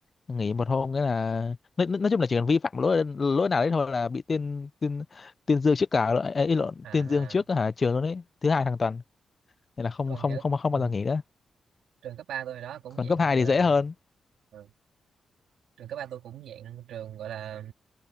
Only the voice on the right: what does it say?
à,
à.
còn
kiểu
ừ,
trường cấp 3 tôi đó cũng
dạng
là
ừ, trường cấp ba tôi cũng dạng trường gọi là